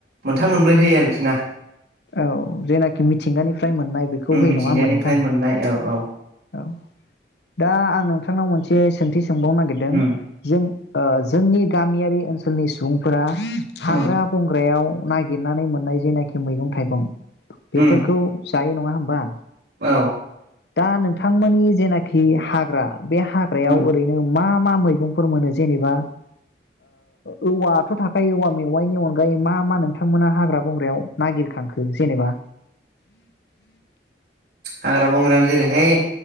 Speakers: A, on the right; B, on the left.
A: मोनथाम मोनब्रै होयो आरोखिना ।
B: औ जेनाखि मिथिंगानिफ्राय मोननाय बेखौ
A: उम
B: होयो
A: मिथिंगानिफ्राय
B: नङा होमबा नोंथां?
A: मोननाय औ औ
B: औ दा आं नोंथांनाव मोनसे सोंथि सोंबावनो नागिरदों
A: उम
B: जों ओ जोंनि गामियारि ओनसोलनि सुबुंफोरा
A: उम
B: हाग्रा बंग्रायाव नागिरनानै मोननाय जेनाखि मैगं थाइगं बेफोरखौ
A: उम
B: जायो नङा होमबा?
A: औ।
B: दा नों थांमोननि जेनाखि हाग्रा बे हाग्रायाव
A: उम
B: ओरैनो मा मा मैगंफोर मोनो जेनेबा ओ औवाथ' थाखायो औवा मेवाइनि अनगायै मा मा नोंथांमोना हाग्रा बंग्रायाव नागिरखांखो जेनेबा?
A: हाग्रा बंग्रायाव जेरैहाय